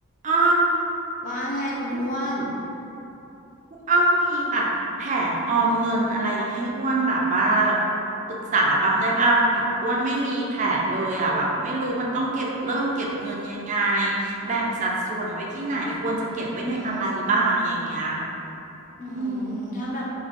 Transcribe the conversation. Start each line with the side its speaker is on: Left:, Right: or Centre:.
Right: อ้อ
Left: ว่าไงายคุณอ้วน
Right: คุณอ้อมมีแบบแผนออมเงินอะไรให้อ้วนแบบว่าปรึกษาบ้างได้บ้างแบบอ้วนไม่มีแผนเลยอ่ะแบบไม่รู้มันต้องเก็บเริ่มเก็บเงินยังไงแบ่งสัดส่วนไว้ที่ไหนควรจะเก็บไว้ในอะไรบ้างอย่างเงี้ย
Left: อือหืออืมถ้าแบบ
Right: อืม